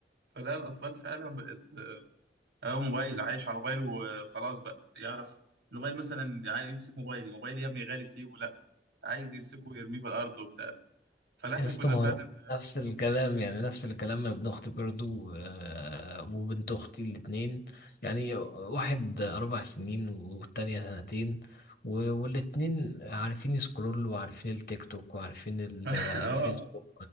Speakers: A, on the right; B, on the left.
A: فلا الاطفال فعلا بقت آه، هو موبايل عايش على موبايله وخلاص بقى يعرف الموبايل مثلا يعني عايز يمسك موبايلي موبايلي يا ابني غالي سيبه لا عايز يمسكه ويرميه بالارض وبتاع فلا احنا
B: يا اسطى
A: كنا
B: ما هو
A: فعلا
B: نفس الكلام يعني نفس الكلام ابن اختي برضو آه، وبنت اختي الاتنين يعني واحد اربع سنين والتانية سنتين و- والاتنين عارفين يسكرول وعارفين التيك توك وعارفين الفيسبوك
A: <laughs> اه